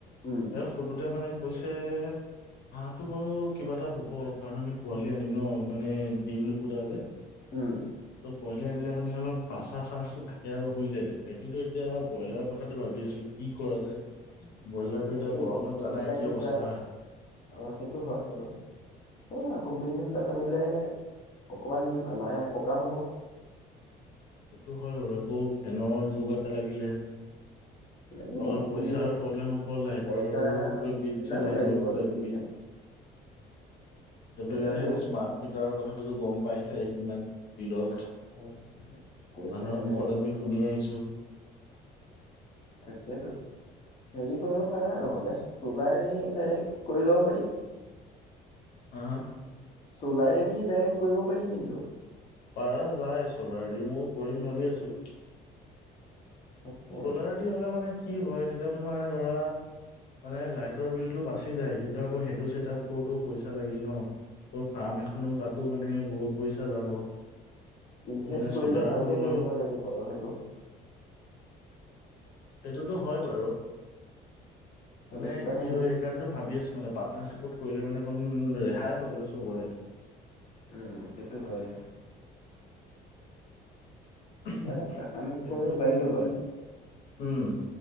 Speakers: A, on the left (about 35°); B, on the left (about 75°).
A: উম
B: ইয়াক সুধোতে মানে কৈছে হাঁহটো বাৰু কিবা এটা হ'ব কাৰণ আমি পোৱালি আনিম ন মানে ডিম নুফুটাও যে
A: উম
B: ত পোৱালি আনিলে মানে অলপ বাচা চাঞ্চটো থাকে আৰু হৈ যায় তেতিয়া কিন্তু এতিয়া ব্ৰইলাৰৰ কথাটো ভাবি আছো কি কৰা যায় ব্ৰইলাৰটো এতিয়া
A: এইটোৰ
B: গৰমত
A: <unintelligible>
B: জানাই
A: কাৰণে
B: কি অৱস্থা
A: কিবা অহ
B: হয়
A: সেইটো হয় বাৰু এইয়া কম্পেনীবিলাক আনিলে অকমান আমাৰে সকাহ হ'ব।
B: সেইটো হয় বাৰু আকৌ ফেনৰ যোগাৰ লাগিলে
A: লাগিব
B: অলপ
A: সেইখিনি
B: পইচাৰ প্ৰব্লেম হব লাইটৰ
A: পইচা
B: বিল-চিল
A: মিলাব
B: আহিব
A: লাগিব
B: কিবাকিবি
A: আৰু <inaudible>
B: এতিয়াতো
A: তাকেতো
B: সেই স্মাৰ্ট মিটাৰৰ কথাটোতো গম পাইছাই কিমান বিলত
A: <unintelligible>
B: মানুহৰ মুখত
A: নে আৰু
B: আমি শুনি আহিছো
A: তাকেতো হেৰি কৰিব পাৰা নহ'লে চলাৰে ডাইৰেক্ট কৰি ল'ব পাৰি।
B: হ হা
A: চ'লাৰেদিয়ে ডাইৰেক্ট কৰিব পাৰি কিন্তু।
B: পাৰা যায় চলাৰ দি মইও কৰিম ভাবি আছো।
A: তাকে
B: চলাৰদি হ'লে মানে কি হয় তেতিয়া তোমাৰ ধৰা মানে লাইটৰ বিলটো বাচি যায়। কিন্তু আকৌ সেইটো চেটআপ কৰোঁতেও পইচা লাগিল ন', ত ফাৰ্ম এখনো তাতো মানে বহুত পইচা যাব।
A: ইনভেষ্ট
B: মানে
A: কৰিলে
B: চ'লাৰটো
A: ভালকে
B: হ'লেও
A: কৰিব লাগিব আৰু সেইটো
B: এইটোতো হয় বাৰু। মানে
A: এনে কিবা
B: কি
A: এটা ইনভেষ্ট
B: হয় এইকাৰণটো ভাবি আছো মানে পাৰ্টনাৰশ্বিপত কৰিলে মানে অকণ ৰে হাই হ'ল হয় চবৰে।
A: উম, সেইটো হয়
B: সেইটো
A: এটা কাম কৰিব
B: উম
A: পাৰিলো হয়।